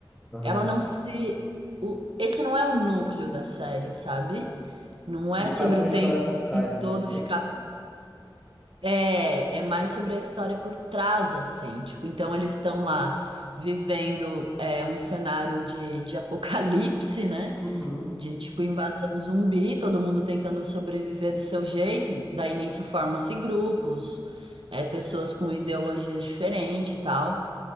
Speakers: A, in the centre; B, on the right.
A: Aham.
B: ela não se. O, esse não é o núcleo da série, sabe? Não
A: Se
B: é
A: passa
B: sobre o
A: uma
B: tempo
A: história por trás, assim,
B: todo
A: né?
B: ficar é, é mais sobre a história por trás, assim. Tipo, então eles estão lá vivendo é, um cenário de, de <laughs> apocalipse, né?
A: Uhum.
B: De tipo invasão zumbi, todo mundo tentando sobreviver do seu jeito, e daí nisso forma-se grupos, é, pessoas com ideologias diferentes e tal.